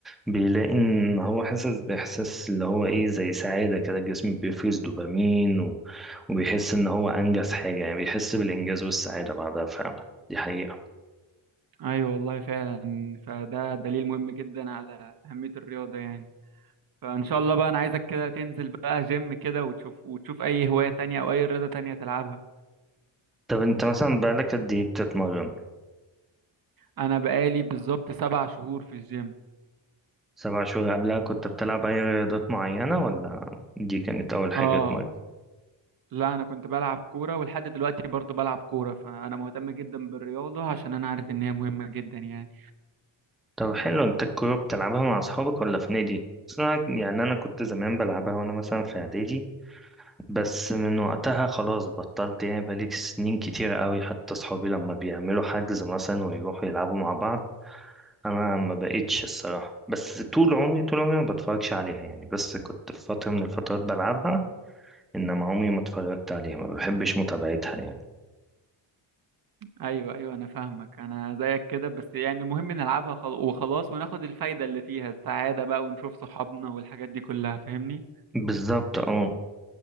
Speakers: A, in the centre; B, on the right (about 45°).
A: بيلاقي إن هو حاسس بإحساس اللي هو إيه زي سعادة كده الجسم بيفرز دوبامين و... وبيحس إن هو أنجز حاجة يعني بيحس بالإنجاز والسعادة بعدها فعلا دي حقيقة
B: ايوه والله فعلا فده دليل مهم جدا على اهميه الرياضه يعني فان شاء الله بقى انا عايزك كده تنزل بقى جيم كده وتشوف وتشوف اي هوايه تانية او اي رياضه تانية تلعبها
A: طب أنت مثلا بقالك قد إيه بتتمرن؟
B: انا بقالي بالظبط سبع شهور في الجيم
A: سبع شهور قبلها كنت بتلعب أي رياضات معينة ولا دي كانت أول حاجة
B: اه لا انا كنت بلعب كوره ولحد دلوقتي برضو بلعب كوره فانا مهتم جدا بالرياضه عشان انا عارف ان هي مهمه جدا يعني
A: طب حلو انت الكورة بتلعبها مع اصحابك ولا في نادي؟ بس انا يعني انا كنت زمان بلعبها وانا مثلا في اعدادي بس من وقتها خلاص بطلت يعني بقالي سنين كتيرة قوي حتى اصحابي لما بيعملوا حجز مثلا ويروحوا يلعبوا مع بعض انا ما بقتش الصراحة بس طول عمري طول عمري ما بتفرجش عليها يعني بس كنت في فترة من الفترات بلعبها انما عمري ما اتفرجت عليها ما بحبش متابعتها يعني
B: ايوه ايوه انا فاهمك انا زيك كده بس يعني المهم نلعبها خل- وخلاص وناخد الفايده اللي فيها السعاده بقى ونشوف صحابنا والحاجات دي كلها فاهمني
A: بالظبط اه